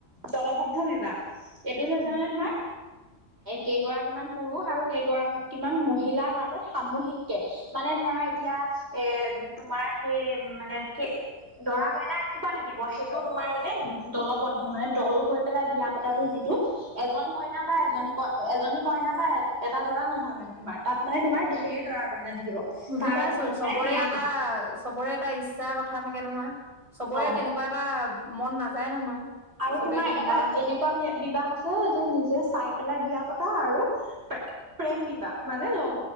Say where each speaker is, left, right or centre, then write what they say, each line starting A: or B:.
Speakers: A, on the right (about 50°); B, on the right (about 25°).
A: দলবদ্ধ বিবাহ। এইটো হৈছে
B: উম
A: মানে তোমাৰ কেইগৰাকীমান পুৰুষ আৰু। কেইগৰাকীমান মহিলাৰ মাজত সামুহিককে মানে ধৰা এতিয়া এ,,,,,। তোমাৰ সেই মানে। দৰা কইনা এ খোপা থাকিব। সেইটো তোমাৰ মানে দলবদ্ধ। মানে দল হৈ পেলাই বিয়া পতা। যিটো এজন কইনা বা এজনী কইনা বা। এটা দৰা নহয়। মানে তোমাৰ তাত মানে তোমাৰ ঢেৰ দৰা কইনা থাকিব।
B: বুজি
A: তাৰে
B: পাইছো
A: ভিতৰত
B: চবৰে
A: মানে বিয়া
B: এটা।
A: হব
B: চবৰে এটা ইচ্ছাৰ কথা থাকে নহয়। চবৰে
A: অ
B: তেনেকুৱা এটা মন নাযায় নহয়।
A: আৰু
B: চবেই
A: তোমাৰ
B: তেনেকুৱা
A: এটা এনেকুৱা বিবাহ আছে। যে নিজে চাই পেলাই বিয়া পতা আৰু। প্ৰেম বিবাহ মানে। লগ্